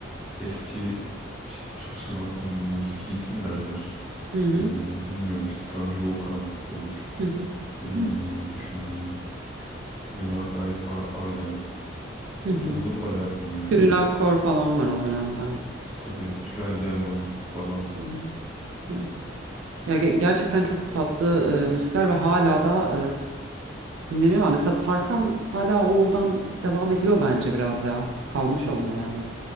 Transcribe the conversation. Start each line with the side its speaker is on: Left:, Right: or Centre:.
Centre: eski işte Türk sanat musikisi mi derler.
Right: Hı hı
Centre: Ee, bilmiyorum işte Tanju Okan olur.
Right: hı hı.
Centre: Ee,
Right: Hı
Centre: düşüneyim. Yine Mark Ar- Ar- Aryan. Ee,
Right: hı. hı.
Centre: onları bayağı dinliyorum.
Right: Gönül Akkor falan var o dönemden.
Centre: Tabii Tülay German falan.
Right: Hmm, Evet. Ya ge- gerçekten çok tatlı e, müzikler ve hala da e, dinleniyorlar. Mesela Tarkan hala oradan devam ediyor bence biraz ya. Kalmış onda yani.